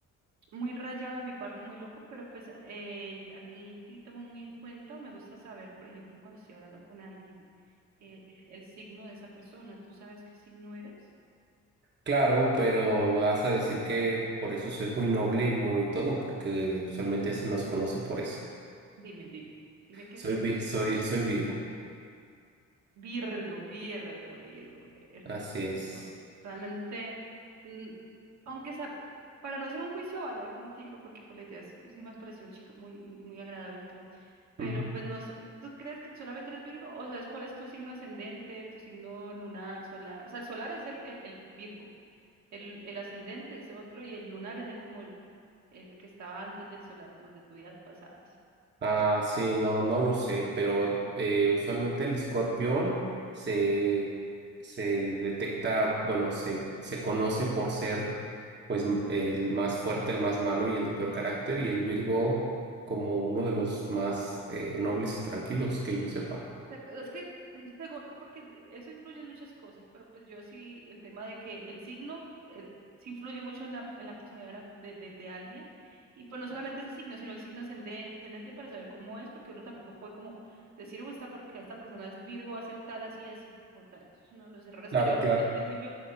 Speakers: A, on the right; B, on the right.
A: muy rayado de mi parte, muy loco, pero pues eh, a mí sí tomo muy en cuenta, me gusta saber, por ejemplo, cuando estoy hablando con alguien, eh, el signo de esa persona. ¿Tú sabes qué signo eres?
B: Claro, pero vas a decir que por eso soy muy noble y muy todo, porque usualmente se nos conoce por eso.
A: Dime, dime, dime qué
B: Soy,
A: signo
B: vi- soy, soy Virgo,
A: Virgo, Virgo, Virgo, Virgo,
B: así
A: Virgo.
B: es.
A: Realmente, mm, aunque sea, para no hacer un juicio de valor contigo, porque pues la idea sí, sí me has parecido chica muy, muy, muy agradable y todo, pero
B: Ujú.
A: pues no sé, ¿tú crees que solamente eres Virgo? ¿O sabes cuál es tu signo ascendente, tu signo lunar, solar? O sea, el solar es el, el, el Virgo, el, el ascendente es otro y el lunar es el como el, el que estaba antes del solar, como el de tu vida pasadas. No
B: Ah,
A: sé.
B: sí, no, no lo sé, pero eh, usualmente el escorpión se, se detecta, bueno, se, se conoce por ser pues m- el más fuerte, el más malo y el de peor carácter, y el Virgo como uno de los más eh, nobles y tranquilos que yo sepa.
A: Exacto, es que el segundo, porque de- eso influye en muchas cosas, pero pues yo sí, el tema de que el signo eh, sí influye mucho en la, en la personalidad de, una- de, de- de alguien, y pues no solamente ese signo, sino el signo ascendente, ascendente para saber cómo es, porque uno tampoco puede como decir, uy, esta porque esta persona es Virgo, va a ser tal, así, así, como tal. Eso es uno de los errores
B: Claro,
A: que yo al,
B: claro.
A: al principio